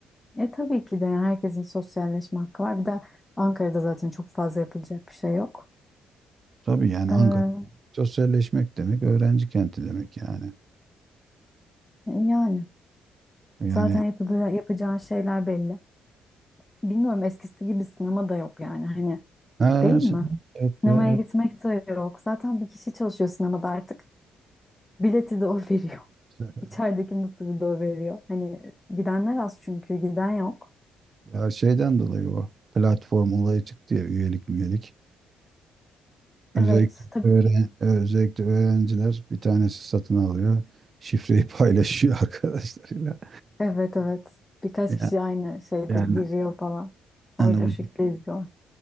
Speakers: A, on the left (about 20°); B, on the right (about 40°).
A: E tabii ki de yani herkesin sosyalleşme hakkı var. Bir de Ankara'da zaten çok fazla yapılacak bir şey yok.
B: Tabii yani
A: Ee,
B: Ankara sosyalleşmek demek öğrenci kenti demek yani.
A: yani
B: Yani
A: zaten yapılacağı, yapacağın şeyler belli. Bilmiyorum eskisi gibi sinema da yok yani hani
B: Ha,
A: değil
B: sen-
A: mi?
B: yok
A: Sinemaya
B: ya.
A: gitmek de yok. Zaten bir kişi çalışıyor sinemada artık. Bileti de o <laughs> veriyor.
B: evet.
A: İçerideki mısırı da o veriyor. Hani gidenler az çünkü giden yok.
B: Ya şeyden dolayı o platform olayı çıktı ya üyelik üyelik. Özellikle,
A: Evet tabii.
B: öğren, evet, özellikle öğrenciler bir tanesi satın alıyor. Şifreyi paylaşıyor <laughs> arkadaşlarıyla.
A: Evet evet. Birkaç
B: Ya-
A: kişi aynı şeyde
B: Yani
A: giriyor falan.
B: hani
A: Öyle
B: bu
A: o şekilde izliyorlar.